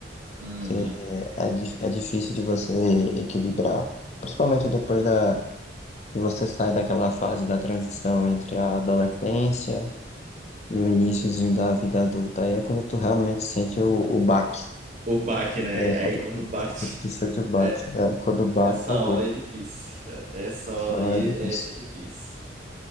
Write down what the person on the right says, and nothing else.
Uhum.
O baque, né?
Aí
quando bate.
É,
essa
hora é difícil. É, Essa
hora
aí
é, é difícil.